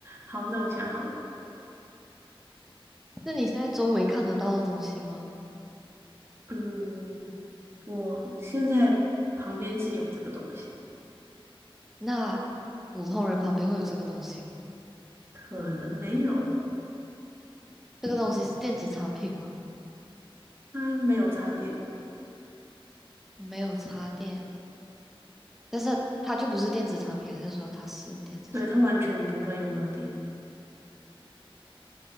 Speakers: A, on the right (about 25°); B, in the centre.
A: 好，那我想好了。
B: 那你现在周围看得到的东西吗？
A: 嗯，我现在旁边是有这个东西，
B: 那普通人旁边会有这个东西吗？
A: 可能没有，
B: 这个东西是电子产品吗？
A: 它没有插电，
B: 没有插电。但是它就不是电子产品，还是说它是电子产品？
A: 对，它完全不会用到电。